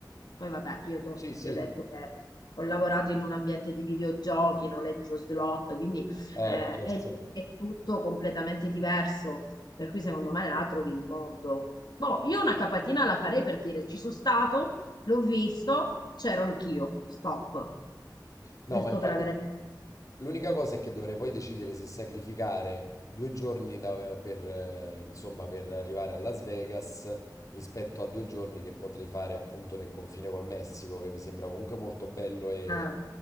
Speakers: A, on the left; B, on the left.
A: Poi vabbè, io ti ho,
B: Sì, sì,
A: ti ho detto che ho lavorato in un ambiente di videogiochi, noleggio slot, quindi
B: eh,
A: eh,
B: certo.
A: è lì è tutto completamente diverso, per cui secondo me la trovi il mondo. Boh, io una capatina la farei per dire ci sono stato, l'ho visto, c'ero anch'io, stop
B: No,
A: giusto
B: ma infatti
A: per avere...
B: l'unica cosa è che dovrei poi decidere se sacrificare due giorni da- per, eh, insomma, per arrivare a Las Vegas rispetto a due giorni che potrei fare appunto nel confine col Messico, che mi sembra comunque molto bello e,
A: Ah,